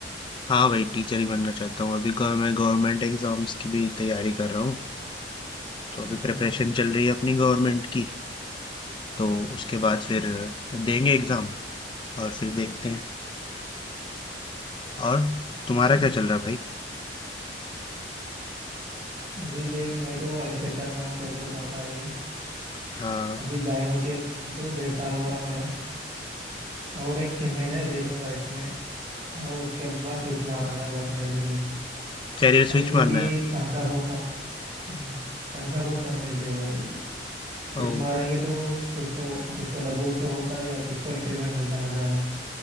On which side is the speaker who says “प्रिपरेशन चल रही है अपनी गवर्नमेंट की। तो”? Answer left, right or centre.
Left